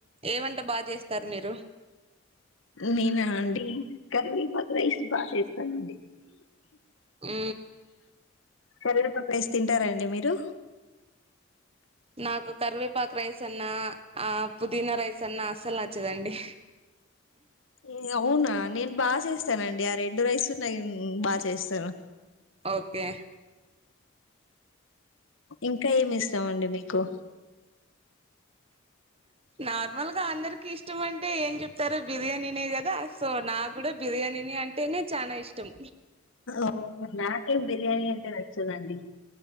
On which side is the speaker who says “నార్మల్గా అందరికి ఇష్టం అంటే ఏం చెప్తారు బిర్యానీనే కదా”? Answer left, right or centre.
Right